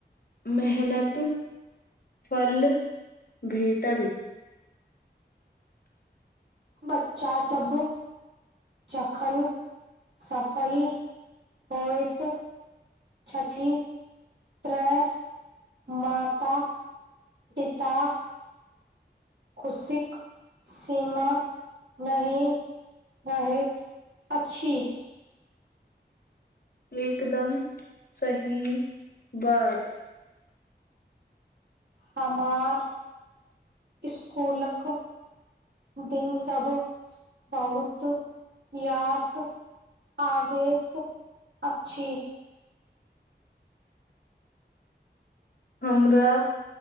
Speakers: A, on the left (about 55°); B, on the right (about 80°).
A: मेहनत फल भेटल
B: बच्चा सब जखन सफल होइत छथि तऽ माता पिताक खुशीक सीमा नहि रहैत अछि
A: एकदम सही बात
B: हमार स्कुलक दिन सब बहुत याद आबैत अछि
A: हमरा